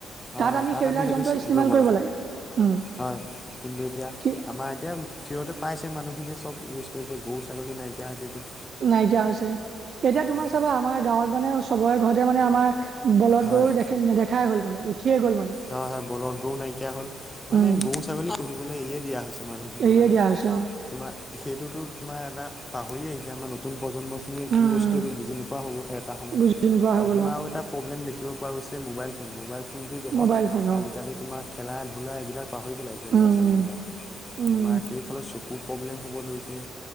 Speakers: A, on the left; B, on the right.
A: হয়
B: তাত
A: হয়
B: আমি সেইবিলাক
A: সেইটো
B: যন্ত্ৰ ইষ্টেমাল
A: ল'ব
B: কৰিব লাগে। উম,
A: হয় কিন্তু এতিয়া
B: কি
A: আমাৰ এতিয়া। ফ্ৰীতে পাইছে মানুহখিনিয়ে চব ইউজ কৰিছে গৰু, ছাগলী নাইকিয়া হৈছে এতিয়া।
B: নাইকিয়া হৈছে। এতিয়া তোমাৰ
A: হয়
B: চাবা আমাৰ গাঁৱত মানে চবৰে ঘৰতে মানে আমাৰ বলদ
A: হয়
B: গৰু নেদেখাই হ'ল মানে। উঠিয়ে গ'ল মানে
A: হয়, হয়, বলদ গৰু নাইকিয়া হ'ল মানে
B: উম
A: গৰু, ছাগলী পুহিবলৈ এৰিয়ে দিয়া হৈছে। মানুহখিনিয়ে
B: এৰিয়ে
A: মানে
B: দিয়া হৈছে অ'।
A: তোমাৰ সেইটোতো তোমাৰ এটা পাহৰি আহিছে। আমাৰ নতুন- প্ৰজন্ম খিনিয়ে
B: উম
A: কি বস্তু এইটো বুজি নোপোৱা হ'ব। এটা সময়ত
B: বুজি নোপোৱা হৈ
A: আৰু
B: গ'ল
A: তোমাৰ
B: অ
A: আৰু এটা প্ৰব্লেম- দেখিব পোৱা গৈছে। মোবাইল ফোন মোবাইল ফোনটো জহত।
B: মোবাইল ফোন অ
A: আজিকালি তোমাৰ খেলা-ধূলা এইবিলাক পাহৰি পেলাইছে
B: উম
A: ল'ৰা-ছোৱালী বিলাকে।
B: উম উম
A: তোমাৰ সেই ফলত চকুৰ প্ৰব্লেম হ'ব ধৰিছে।